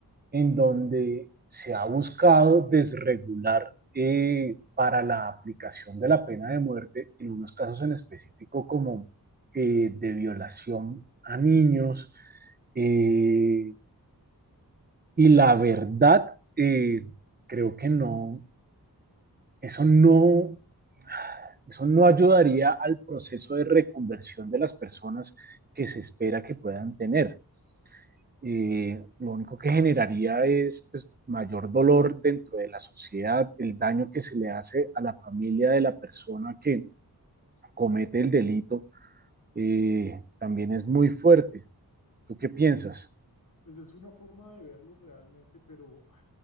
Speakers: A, on the right (about 25°); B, on the left (about 60°).
A: en donde se ha buscado desregular eh, para la aplicación de la pena de muerte, en unos casos en específico como eh, de violación a niños. Eh, y la verdad, eh, creo que no, eso no, eso no ayudaría al proceso de reconversión de las personas que se espera que puedan tener. eh, lo único que generaría es pues, mayor dolor dentro de la sociedad, el daño que se le hace a la familia de la persona que comete el delito, eh, también es muy fuerte. ¿Tú qué piensas?
B: Pues es una forma de verlo realmente, pero ah,